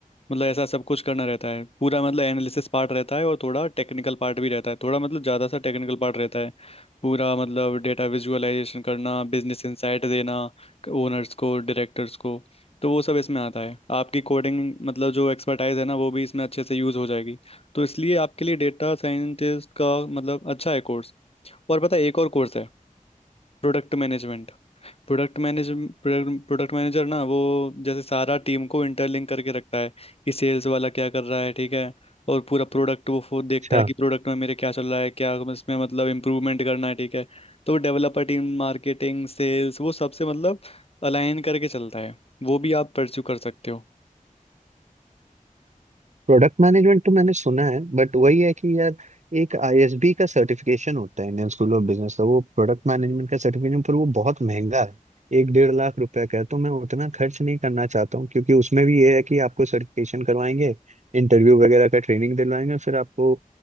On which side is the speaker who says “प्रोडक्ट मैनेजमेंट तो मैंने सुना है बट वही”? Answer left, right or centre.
Right